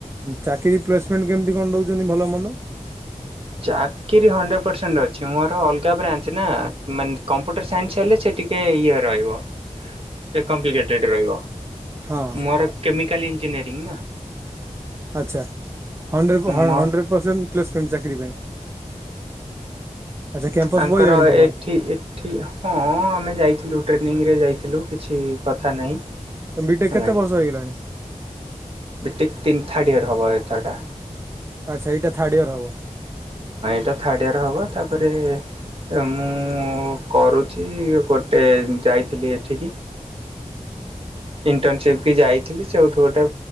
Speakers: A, on the right; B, on the right.
A: ଚାକିରି ପ୍ଲେସମେଣ୍ଟ କେମତି କଣ ଦଉଛନ୍ତି ଭଲ ମନ୍ଦ। <inaudible>
B: ଚାକିରି ହଣ୍ଡ୍ରେଡ଼୍ ପରସେଣ୍ଟ ଅଛି ମୋର ଅଲଗା ବ୍ରାଞ୍ଚ ନା ମାନେ କମ୍ପ୍ୟୁଟର ସାଇନ୍ସ ହେଲେ ସେ ଟିକେ- ଇ ରହିବ।
A: <inaudible>
B: ଏ କମ୍ପ୍ଲିକେଟେଡ଼୍ ରହିବ
A: ହଁ
B: ମୋର କେମିକାଲ୍ ଇଞ୍ଜିନିୟରିଂ ନା।
A: ଆଚ୍ଛା। ହଣ୍ଡ୍ରେଡ
B: ମୋ
A: ପରସେଣ୍ଟ ପ୍ଲେସମେଣ୍ଟ ଚାକିରି ପାଇଁ। ଆଚ୍ଛା କ୍ୟାମ୍ପସ
B: ତାଙ୍କର
A: ପଇଲାଣି ତମର
B: ଏଠି ଏଠି ହଁ ଆମେ ଯାଇ- ଥିଲୁ ଟ୍ରେନିଂରେ ଯାଇଥିଲୁ କିଛି କଥା ନାହିଁ।
A: ବିଟେକ
B: ହେଲା
A: କେତେ ବର୍ଷ ହେଇଗଲାଣି?
B: ଏ ତିନ ଥାର୍ଡ଼ ୟେର ହେବ ଏଥରଟା।
A: ଆଚ୍ଛା ଏଇଟା ଥାର୍ଡ ଇୟର ହବ।
B: ସେଇଟା ଥାର୍ଡ଼ ଇୟର ହେବ ତାପରେ। ଏ ମୁଁ କରୁଛି ଗୋଟେ ଯାଇଥିଲି ଏଠିକି। ଇଣ୍ଟର୍ନସିପ କି ଯାଇଥିଲି ସେଉଠୁ ଗୋଟେ।